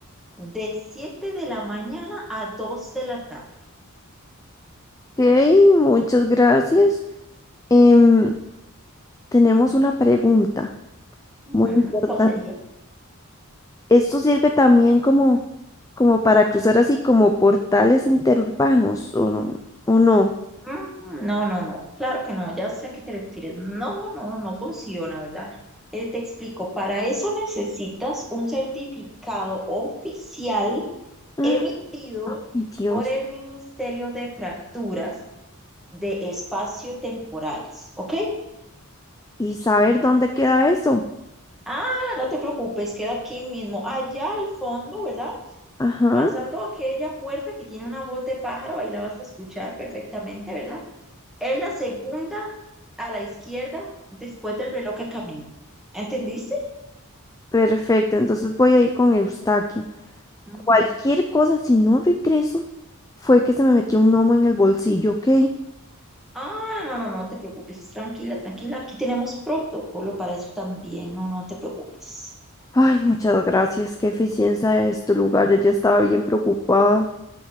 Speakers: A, in the centre; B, on the left.
A: de 7 de la mañana a 2 de la tarde.
B: ok, muchas gracias. Em, tenemos una pregunta
A: Ujú,
B: muy importante.
A: ¿Cuál sería?
B: ¿Esto sirve también como, como para cruzar así como portales interurbanos o no? ¿O no?
A: Mm, no, no, no, claro que no, ya sé a qué te refieres. No, no, no funciona, ¿verdad? Eh, te explico, para eso necesitas un certificado oficial
B: Ah,
A: emitido
B: Ay, Dios.
A: por el Ministerio de Fracturas de Espacio-Temporales, ¿ok?
B: ¿Y saber dónde queda eso?
A: Ah, no te preocupes, queda aquí mismo, allá al fondo, ¿verdad?
B: Ajá,
A: Pasando aquella puerta que tiene una voz de pájaro, ahí la vas a escuchar perfectamente, ¿verdad? Es la segunda a la izquierda después del reloj que camina. ¿Entendiste?
B: perfecto. Entonces voy a ir con Eustaquio.
A: Ujú.
B: Cualquier cosa, si no regreso, fue que se me metió un gnomo en el bolsillo, ¿ok?
A: Ah, no, no, no no te preocupes, tranquila, tranquila. Aquí tenemos protocolo para eso también, no, no te preocupes.
B: Ay, muchas gracias. Qué eficiencia es tu lugar. Yo ya estaba bien preocupada.